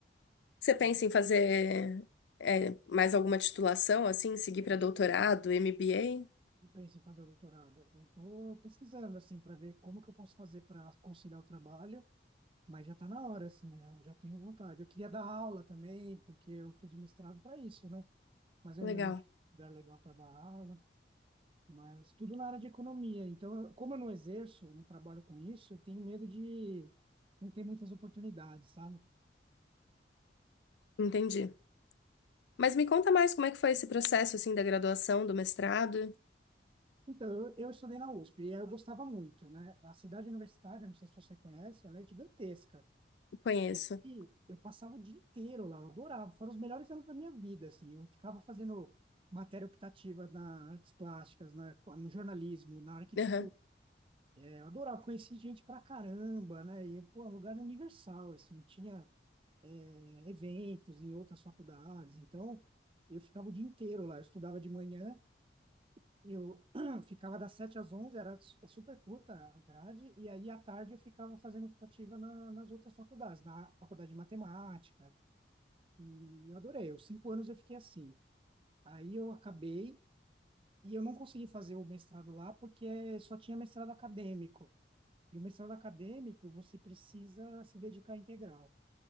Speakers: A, on the left; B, on the right.
A: Você pensa
B: Eu,
A: em fazer é, mais alguma titulação, assim, seguir
B: eu penso.
A: para doutorado, MBA?
B: Eu penso em fazer o doutorado. Eu estou pesquisando assim para ver como que eu posso fazer para conciliar o trabalho Mas já está na hora, assim, né? eu já tenho vontade. Eu queria dar aula também, porque eu fiz um mestrado para isso, né? Mas eu
A: Legal.
B: ainda não achei um lugar legal para dar aula, mas tudo na área de economia. Então, eu- como eu não exerço, não trabalho com isso, eu tenho medo de não ter muitas oportunidades, sabe?
A: Entendi. Mas me conta mais como é que foi esse processo, assim, da graduação, do mestrado?
B: Então, eu, eu estudei na USP e eu gostava muito, né? A cidade universitária, não sei se você conhece, ela é gigantesca.
A: Conheço.
B: E aqui eu passava o dia inteiro lá, eu adorava, foram os melhores anos da minha vida, assim, eu ficava fazendo matéria optativa na artes plásticas, na, no jornalismo, na arquitetura,
A: Aham.
B: É, eu adorava, conheci gente pra caramba, né, e, pô, é um lugar universal, assim, tinha é, eventos em outras faculdades, então eu ficava o dia inteiro lá, eu estudava de manhã, eu <clears throat> ficava das 7 às 11, era su- é super curta a grade, e aí à tarde eu ficava fazendo optativa na, nas outras faculdades, na faculdade de matemática, E eu adorei. Os cinco anos eu fiquei assim. Aí eu acabei e eu não consegui fazer o mestrado lá porque só tinha mestrado acadêmico. E o mestrado acadêmico você precisa se dedicar integral.